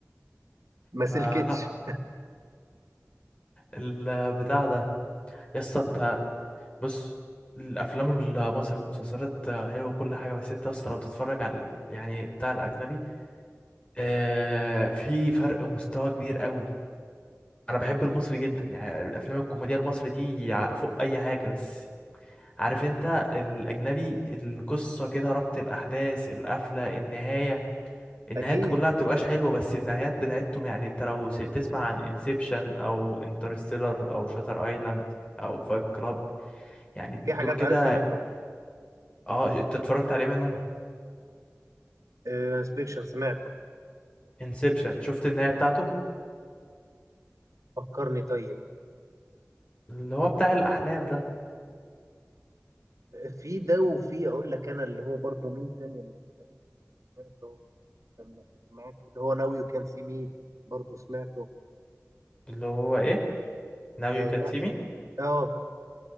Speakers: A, on the right; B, on the left.
A: ما
B: فلا
A: سلكتش
B: البتاع ده يا اسطى انت بص الافلام المصري والمسلسلات حلوه وكل حاجه بس انت اصلا لو تتفرج على ال- يعني بتاع الاجنبي آه في فرق مستوى كبير قوي انا بحب المصري جدا يعني الافلام الكوميديا المصري دي يع- فوق اي حاجه بس عارف انت الاجنبي القصه كده ربط الاحداث القفله النهايه النهايات
A: اكيد
B: كلها بتبقاش حلوه بس النهايات بتاعتهم يعني انت لو س- تسمع عن انسبشن او انترستيلر او شاتر ايلاند او فايت كلاب يعني
A: في
B: دول
A: حاجات
B: كده
A: عارفها منهم
B: اه انت اتفرجت عليه منهم
A: انسبكشن سمعته
B: انسبشن شفت النهايه
A: طيب،
B: بتاعته
A: فكرني طيب
B: اللي هو بتاع الاحلام ده
A: في ده وفي اقول لك انا اللي هو برضه مين تاني اللي هتلاقيه سمعته لما افتكر معاك اللي هو ناو يو كان سي مي برضه سمعته
B: اللي هو ايه now you
A: آه
B: can
A: لا
B: see me
A: اه